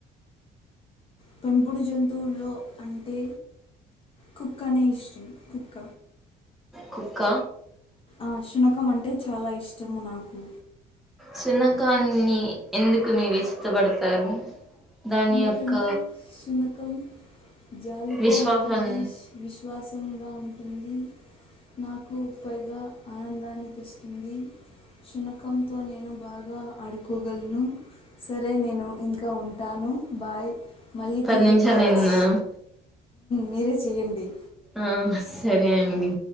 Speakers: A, on the left; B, in the centre.
A: పెంపుడు జంతువుల్లో అంటే కుక్కనే ఇష్టం కుక్క
B: కుక్క
A: ఆ శునకం అంటే చాలా ఇష్టము నాకు
B: సునకాన్ని ఎందుకు మీరు ఇష్టపడతారు. దాని
A: ఎందుకంటే
B: యొక్క
A: సునకం జాలితో
B: విశ్వాసం
A: ఉంటుంది, విశ్వాసంగా ఉంటుంది నాకు పైగా ఆనందాన్ని తెస్తుంది. శునకంతో నేను బాగా ఆడుకోగలను సరే నేను ఇంకా టాను బాయ్ మళ్ళీ
B: పది
A: తిరిగి
B: నిమిషాలు
A: కాల్స్
B: అయిందా
A: మీరే చేయండి.
B: ఆ సరే అండి